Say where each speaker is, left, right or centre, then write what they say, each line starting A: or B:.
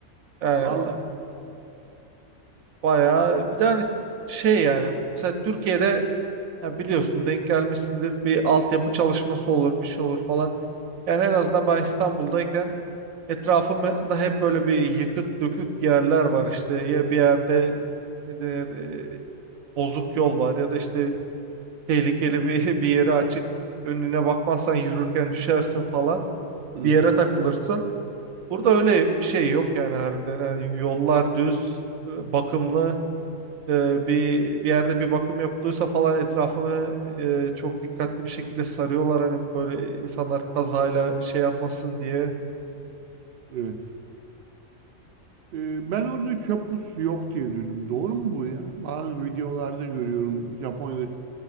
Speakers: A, on the right; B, on the right.
A: Yani
B: Vallahi.
A: Bayağı bir tane şey yani mesela Türkiye'de ya biliyorsun denk gelmişsindir bir altyapı çalışması olur bir şey olur falan. Yani en azından ben İstanbul'dayken etrafımda hep böyle bir yıkık dökük yerler var işte ya bir yerde ne denir, e, bozuk yol var ya da işte tehlikeli bir, <laughs> bir yere açık önüne bakmazsan yürürken düşersin falan
B: Hı hı.
A: bir yere takılırsın. Burada öyle bir şey yok yani harbiden Yani yollar düz e, bakımlı e, bir bir yerde bir bakım yapılıyorsa falan etrafını e, çok dikkatli bir şekilde sarıyorlar hani böyle insanlar kazayla şey yapmasın diye.
B: Evet. Ee, ben orada çöp kutusu yok diye duydum. Doğru mu bu ya? Bazı videolarda görüyorum Japonya'da